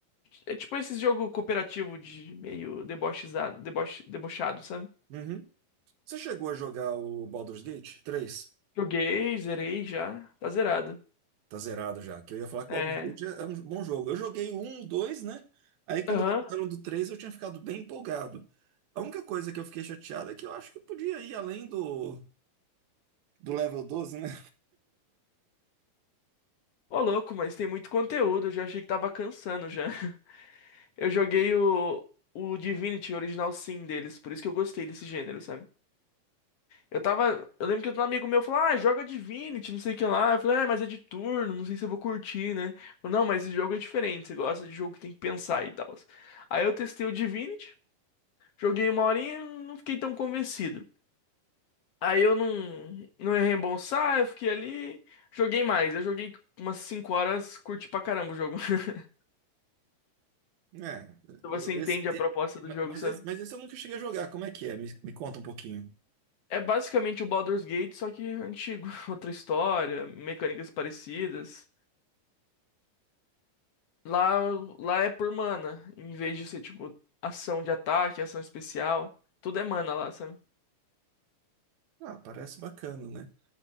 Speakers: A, on the left; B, on the right.
A: É tipo esse jogo cooperativo de meio debochizado, deboche, debochado, sabe?
B: Uhum. Você chegou a jogar o Baldur's Gate três
A: Joguei, zerei já. Tá zerado.
B: Tá zerado já, que eu ia falar que
A: É.
B: o Baldur's Gate é é um bom jogo. Eu joguei o 1, o 2, né? Aí quando
A: Aham.
B: eles fizeram do 3 eu tinha ficado bem empolgado. A única coisa que eu fiquei chateado é que eu acho que podia ir além do, do level doze né?
A: Ô, louco, mas tem muito conteúdo. Eu já achei que tava cansando já. <laughs> Eu joguei o, o Divinity Original Sin deles, por isso que eu gostei desse gênero, sabe? Eu tava. Eu lembro que um amigo meu falou: Ah, joga Divinity, não sei o que lá. Eu falei: Ah, mas é de turno, não sei se eu vou curtir, né? Falei, não, mas esse jogo é diferente, você gosta de jogo que tem que pensar e tal. Aí eu testei o Divinity, joguei uma horinha, não fiquei tão convencido. Aí eu não, não ia reembolsar, eu fiquei ali, joguei mais. Eu joguei umas 5 horas, curti pra caramba o jogo. <laughs>
B: É,
A: Você
B: eu- esse,
A: entende
B: e-
A: a proposta do
B: ma-
A: jogo,
B: mas,
A: sabe?
B: esse, mas esse eu nunca cheguei a jogar. Como é que é? Me, me conta um pouquinho.
A: É basicamente o Baldur's Gate, só que antigo, <laughs> outra história, mecânicas parecidas. Lá, lá é por mana, em vez de ser tipo ação de ataque, ação especial, tudo é mana lá, sabe?
B: Ah, parece bacana, né?